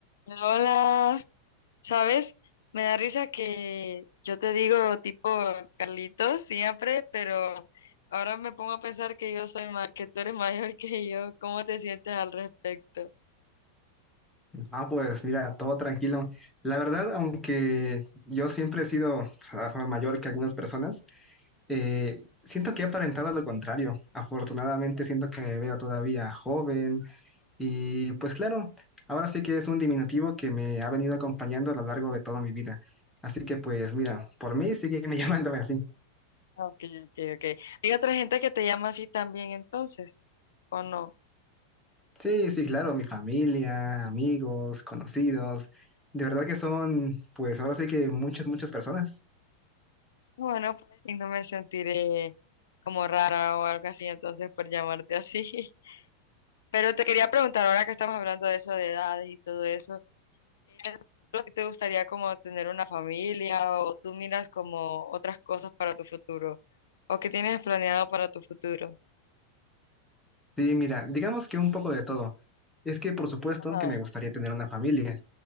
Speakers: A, on the left (about 60°); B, in the centre.
A: Hola, ¿sabes? Me da risa que yo te digo tipo Carlitos siempre, pero ahora me pongo a pensar que yo soy ma- que tú eres mayor <laughs> que yo. ¿Cómo te sientes al respecto?
B: Ah, pues mira, todo tranquilo. La verdad, aunque yo siempre he sido pues, a lo mejor mayor que algunas personas, eh, siento que he aparentado lo contrario. Afortunadamente, siento que me veo todavía joven y pues claro, ahora sí que es un diminutivo que me ha venido acompañando a lo largo de toda mi vida. Así que pues mira, por mí sigue <laughs> llamándome así.
A: Ah, Ok, ok, ok. ¿Hay otra gente que te llama así también entonces? ¿O no?
B: Sí, sí, claro, mi familia, amigos, conocidos, de verdad que son pues ahora sí que muchas, muchas personas.
A: Bueno, pues y no me sentiré como rara o algo así entonces por llamarte así. <laughs> Pero te quería preguntar, ahora que estamos hablando de eso, de edades y todo eso. en el futuro a ti te gustaría como tener una familia o tú miras como otras cosas para tu futuro o qué tienes planeado para tu futuro?
B: Sí, mira, digamos que un poco de todo. Es que por supuesto
A: Ajá,
B: que me gustaría tener una familia,